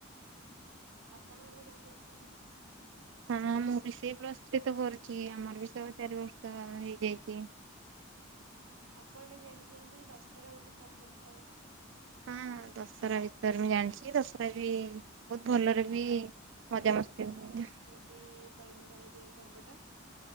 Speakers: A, on the right; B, on the right.
A: ଆପଣ ଏବେ କଣ କରୁଛନ୍ତି?
B: ହଁ ମୁଁ ମୁଁ ବି ସେ ପ୍ଲସ୍ ଥ୍ରୀ ତ କରୁଚି, ଆମର ବି ସ-ଚାରି ବର୍ଷ ହେଲା ହେଇଯାଇଛି।
A: ଆପଣ ଜାଣିଛନ୍ତି ଦଶହରା ଗୋଟେ ପର୍ବ ଥାଏ?
B: ହଁ, ହଁ ଦଶରା ବିଷୟରେ ମୁଁ ଜାଣିଚି। ଦଶରା ବି ବହୁତ ଭଲରେ
A: ହଁ
B: ବି ମଜାମସ୍ତି ହୁଏ।
A: ତି ପାଳନ କରାଯାଏ ଏ ପର୍ବଟା।